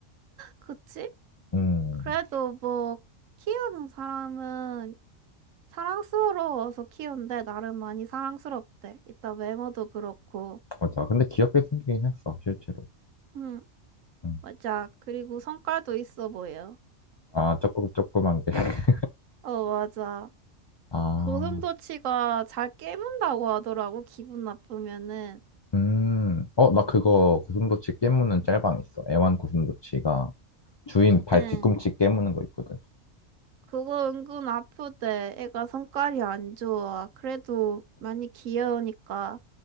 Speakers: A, on the right; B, on the left.
A: 그치?
B: 음,
A: 그래도 뭐, 키우는 사람은 사랑스러워서 키운대. 나름 많이 사랑스럽대. 이따 외모도 그렇고.
B: 맞아. 근데 귀엽게 생기긴 했어, 실제로.
A: 응,
B: 음.
A: 맞아. 그리고 성깔도 있어 보여.
B: 아, 조금, 조그만 게. <laughs>
A: 어, 맞아.
B: 아,
A: 고슴도치가 잘 깨문다고 하더라고, 기분 나쁘면은.
B: 음. 어, 나 그거 고슴도치 깨무는 짤방 있어. 애완 고슴도치가 주인 발
A: 응.
B: 뒤꿈치 깨무는 거 있거든.
A: 그거 은근 아프대. 애가 성깔이 안 좋아. 그래도 많이 귀여우니까.